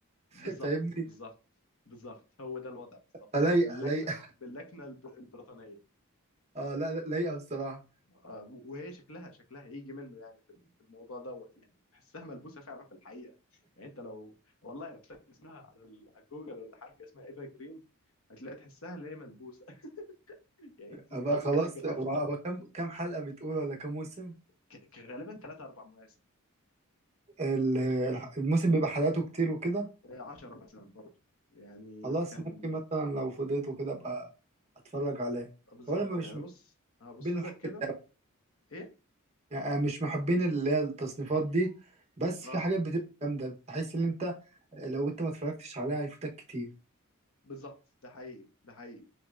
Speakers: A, on the right; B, on the left.
A: <laughs>
B: بالظبط
A: فاهمني
B: بالظبط بالظبط هو ده الوضع بالظبط
A: فلايقة
B: يعني باللكنة
A: لايقة
B: باللكنة الب- البريطانية
A: اه لا لا، لايقة بصراحة
B: آه، وهي شكلها شكلها يجي منه يعني في في الموضوع دوت يعني تحسها ملبوسه فعلا في الحقيقه يعني انت لو والله لو كتبت اسمها على ال- على جوجل ولا حاجه اسمها ايفا جرين هتلاقي تحسها اللي هي ملبوسه <laughs> يعني انت انت
A: ابقى
B: فيك
A: خلاص
B: حاجه غلط
A: هو هو كم كم حلقة بتقول ولا كم موسم
B: ك- ك- غالبا ثلاثة اربع مواسم
A: ال- الح- الموسم بيبقى حلقاته كتير وكده
B: 10 مثلا برضه يعني
A: خلاص
B: كان
A: ممكن مثلا لو فضيت وكده ابقى اتفرج عليه
B: آه، بالظبط
A: هو انا
B: يعني
A: مش من
B: بص هبص
A: محبين
B: لك
A: الحاجات
B: كده
A: دي أوي.
B: ايه
A: يعني أنا مش محبين اللي هي التصنيفات دي بس
B: اه
A: في حاجات بتبقى جامده بحيث ان انت لو انت ما اتفرجتش عليها هيفوتك كتير
B: بالظبط ده حقيقي ده حقيقي